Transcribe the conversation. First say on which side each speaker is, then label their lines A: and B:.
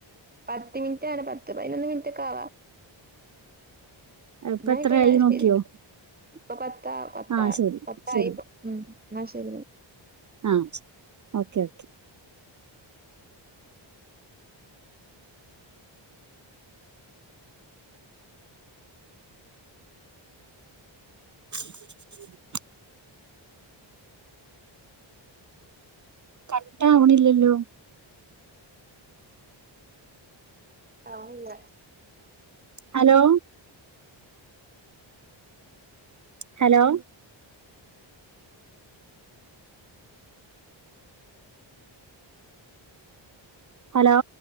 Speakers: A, on the right; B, on the right.
A: പത്ത് മിനിറ്റ് ആണ് പത്ത് പതിനൊന്ന് മിനിറ്റ് ഒക്കെ ആവാ
B: ഇപ്പൊ
A: എന്നായിക്കോട്ടെ
B: എത്രയായി
A: ശരി
B: നോക്കിയോ
A: ഇപ്പൊ പത്താ പത്താ
B: ആഹ് ശരി
A: പത്തായി
B: ശരി
A: ഇപ്പോ ഉം എന്നാ ശരി
B: ആ ഓക്കെ ഓക്കെ ഉ <unintelligible> ആവണില്ലല്ലോ
A: ആയില്ല
B: ഹലോ ഹലോ ഹലോ